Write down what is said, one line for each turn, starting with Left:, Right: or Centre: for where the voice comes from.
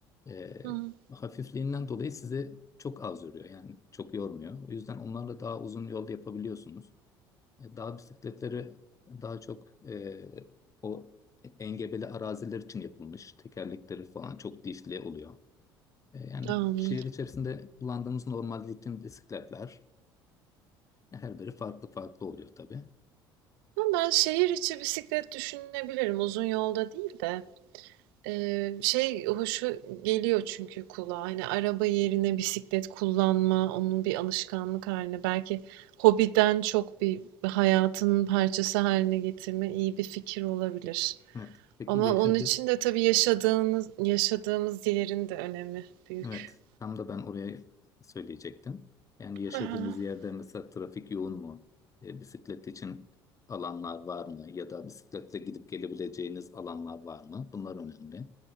Left: E,
Right: Hı,
Left: hafifliğinden dolayı sizi çok az yoruyor. Yani çok yormuyor. O yüzden onlarla daha uzun yolda yapabiliyorsunuz. E, dağ bisikletleri daha çok e, o engebeli araziler için yapılmış. Tekerlekleri falan çok dişli oluyor. E, Yani
Right: anladım.
Left: şehir içerisinde kullandığımız normal rutin bisikletler e, her biri farklı farklı oluyor tabii.
Right: Ama ben şehir içi bisiklet düşünebilirim. Uzun yolda değil de. Eee, şey hoşu geliyor çünkü kulağa. Hani araba yerine bisiklet kullanma, onun bir alışkanlık haline, belki hobiden çok bir hayatının parçası haline getirme iyi bir fikir olabilir.
Left: Evet. Peki
Right: Ama
Left: yaşadığı
Right: onun için de tabii yaşadığımız yaşadığımız yerin de önemi büyük.
Left: evet tam da ben oraya söyleyecektim. Yani yaşadığınız
Right: <laughs>
Left: yerde mesela trafik yoğun mu? E, bisiklet için alanlar var mı? Ya da bisikletle gidip gelebileceğiniz alanlar var mı? Bunlar önemli.